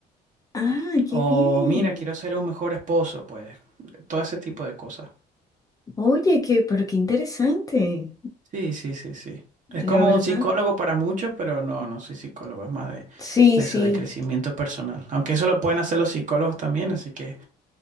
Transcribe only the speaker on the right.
O
mira, quiero ser un mejor esposo, pues todo ese tipo de cosas.
Sí, sí, sí, sí.
Es como
un psicólogo para muchos, pero no, no soy psicólogo, es más de,
de
eso, de crecimiento personal. Aunque eso lo pueden hacer los psicólogos también, así que,